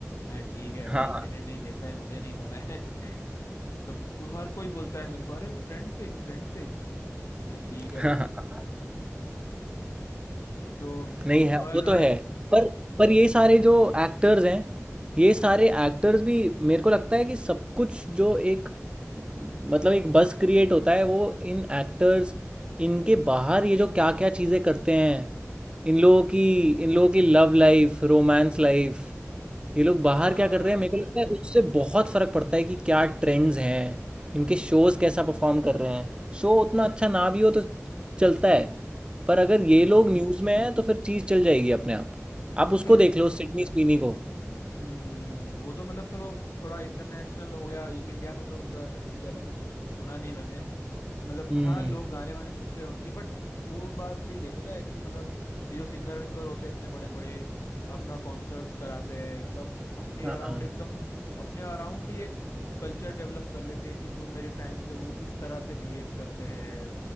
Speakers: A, on the left; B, on the right.
A: मैं ठीक है
B: हाँ,
A: भाई मैंने नहीं देखा है मुझे नहीं पता है <laughs> तो हर कोई बोलता है मेरे को अरे फ्रेंड्स देख फ्रेंड्स देख मैं ठीक है
B: हाँ,
A: यार
B: हाँ।
A: तो
B: नहीं है,
A: और
B: वो तो है। पर पर ये सारे जो एक्टर्स हैं, ये सारे एक्टर्स भी मेरे को लगता है कि सब कुछ जो एक मतलब एक बज़ क्रिएट होता है वो इन एक्टर्स, इनके बाहर ये जो क्या-क्या चीज़ें करते हैं, इन लोगों की इन लोगों की लव लाइफ़, रोमांस लाइफ़ ये लोग बाहर
A: हाँ
B: क्या कर रहे हैं मेरे को लगता है उससे बहुत फ़र्क पड़ता है कि क्या ट्रेंड्स हैं इनके शोज़ कैसा परफॉर्म कर रहे हैं शो उतना अच्छा ना भी हो तो चलता है पर
A: हम्म
B: अगर ये लोग न्यूज़ में हैं तो फिर चीज़ चल जाएगी अपने आप
A: हम्म,
B: आप उसको
A: मेरे
B: देख लो सिडनी स्वीनी को
A: हम्म वो तो मतलब चलो थोड़ा इंटरनेशनल हो गया इंडिया में तो उनका ऐसा कभी ज्यादा कुछ सुना नहीं मैंने मतलब
B: हम्म
A: हाँ लोग गाने वाने सुनते हैं उनके बट वो बात सही है पता है कि मतलब ये जो सिंगर विंगर होते हैं इतने बड़े बड़े अपना कॉन्सर्ट्स कराते हैं एकदम अपने
B: हाँ
A: अराउंड
B: हाँ
A: एकदम अपने अराउंड ही एक कल्चर डेवलप कर लेते हैं कि जो मेरे फैंस है वो इस तरह से बिहेव करते हैं